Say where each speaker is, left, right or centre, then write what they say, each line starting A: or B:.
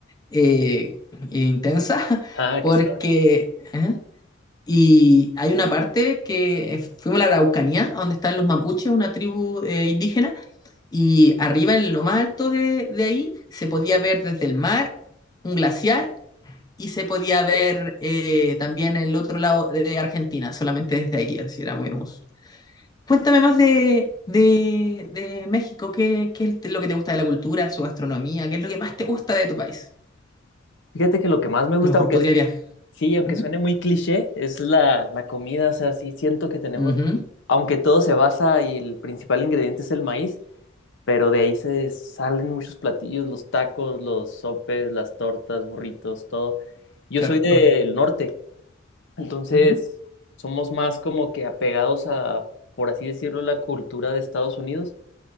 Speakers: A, on the left; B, on the left.
A: eh, intensa <laughs>
B: Ah,
A: porque...
B: que sabe.
A: ¿eh? Y hay una parte que eh, fuimos a la Araucanía, donde están los mapuches, una tribu eh, indígena, y arriba en lo más alto de, de ahí se podía ver desde el mar un glaciar y se podía ver eh, también el otro lado de Argentina, solamente desde ahí, así era muy hermoso. Cuéntame más de, de, de México, ¿qué, qué es lo que te gusta de la cultura, su gastronomía? ¿Qué es lo que más te gusta de tu país?
B: Fíjate que lo que más me gusta,
A: A lo mejor
B: aunque
A: podría viajar.
B: Sí, aunque
A: Ujú,
B: suene muy cliché, es la, la comida, o sea, sí siento que tenemos,
A: ujú,
B: aunque todo se basa y el principal ingrediente es el maíz, pero de ahí se salen muchos platillos, los tacos, los sopes, las tortas, burritos, todo. Yo
A: Qué
B: soy
A: rico.
B: del norte, entonces
A: Ujú,
B: somos más como que apegados a, por así decirlo, la cultura de Estados Unidos,